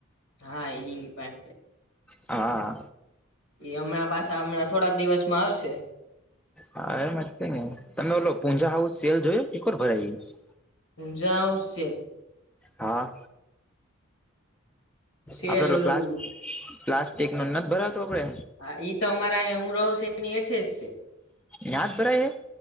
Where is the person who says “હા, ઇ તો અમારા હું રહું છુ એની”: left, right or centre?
Left